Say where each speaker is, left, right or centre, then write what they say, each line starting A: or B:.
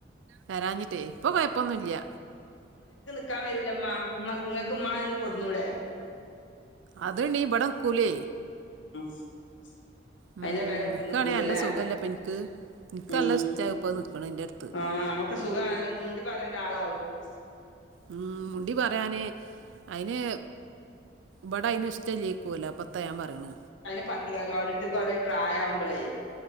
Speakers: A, on the right; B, on the left.
A: വരാഞ്ഞിട്ടേ ഇപ്പൊ കൊഴപ്പൊന്നുമല്ല
B: നി ക്കാൻ വരൂലമ്മ മ നിങ്ങക്ക് മ്മാനെ ന്ന് കൊടന്നൂടെ
A: അത്ണീ ബട ക്കൂലേ
B: <unintelligible>
A: ഉം
B: അയിന്റെ പെര വിട്ട്
A: ന്കയറിയ
B: നിക്കൂലല്ലേ
A: നല്ല സുഖല്ലപ്പ എനിക്ക് എനിക്ക്
B: ഉം
A: നല്ല ഇഷ്ടമായി ഇപ്പൊ നിക്കണ എൻ്റെ അടുത്ത്
B: ആഹ നമ്മുക്ക് സുഖമാണല്ലോന്ന് മുണ്ടി പറയേൻരാളാവും അ
A: ഉം മുണ്ടി പറയാാന് അതിന് വ്ടെ അയ്ൻ ഇഷ്ടം ല്ലേയ്ക്കും അല്ലാ പ്പത്താ ഞാൻ പറയണ്
B: പറഞ്ഞ ട്ട് കാര്യമില്ലാഓരോരുത്തരും കൊറെ പ്രായം ആവുമ്പോളേ